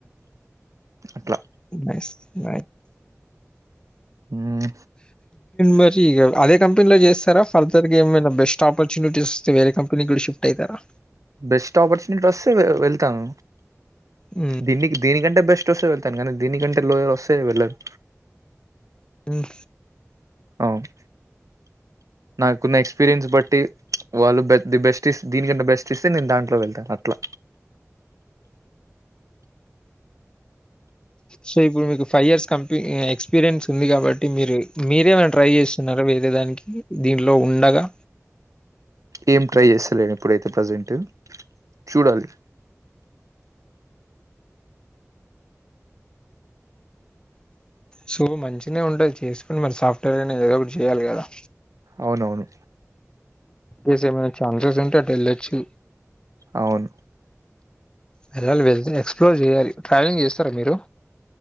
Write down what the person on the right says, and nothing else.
అట్లా
హ్మ్
బెస్ట్ ఆపర్చునిటీ వస్తే వె వెళ్తాను
దీనిక్ దీని కంటే బె స్ట్ వస్తే వెళ్తే గానీ దీనికంటే లోయర్ వస్సె వెళ్ళను
అవున్ నాకున్న ఎక్స్పీరియన్స్ బట్టి వాళ్ళు ది బెస్ట్ దీనికన్నా బెస్ట్ ఇస్తే నేను దాంట్లో వెళ్తాను అట్లా.
ఏం ట్రై చేస్తలేను ఇప్పుడైతే ప్రజెంట్ చూడాలి
అవును అవును
అవును